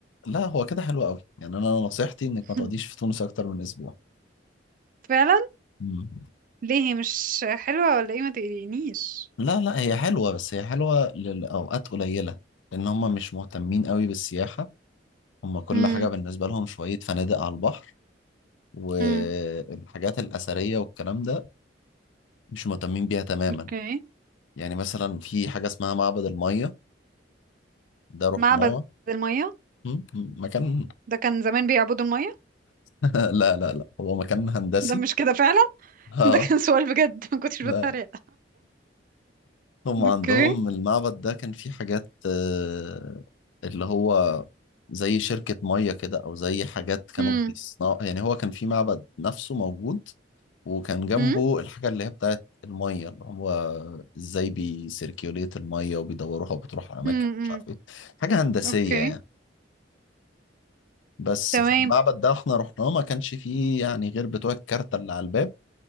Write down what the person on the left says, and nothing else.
لا هو كده حلو قوي يعني انا نصيحتي انك
ما تقعديش في تونس اكتر من اسبوع
مم.
لا لا هي حلوة بس هي حلوة لأوقات قليلة لأن هم مش مهتمين قوي بالسياحة هم كل
حاجة بالنسبة لهم شوية فنادق على البحر والحاجات
الأثرية والكلام ده مش مهتمين بيها تماما
يعني مثلا في حاجة اسمها معبد المية ده رحناه
م- م- مكان
<laughs> لا لا لا هو مكان هندسي
اه
لا
هم عندهم
المعبد ده كان فيه حاجات آه، اللي هو زي شركة مية كده أو زي حاجات كانوا
بيصنعوا يعني هو كان فيه معبد نفسه موجود وكان جنبه
الحاجة اللي هي بتاعت المية اللي هو ازاي بيسيركيوليت المية وبيدوروها وبتروح على أماكن
مش عارف ايه حاجة هندسية
يعني بس
فالمعبد ده احنا رحناه ما كانش فيه يعني غير بتوع الكارتة اللي على الباب